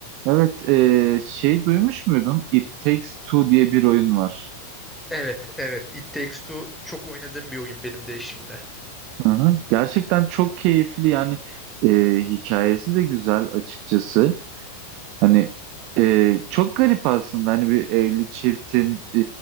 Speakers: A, on the right; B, in the centre.
A: Evet e, şey duymuş muydun? It Takes Two diye bir oyun var.
B: Evet, evet. It Takes Two çok oynadığım bir oyun benim de eşimde.
A: Hı hı. Gerçekten çok keyifli yani e, hikayesi de güzel açıkçası. Hani
B: <laughs>
A: e, çok garip aslında hani bir evli çiftin e,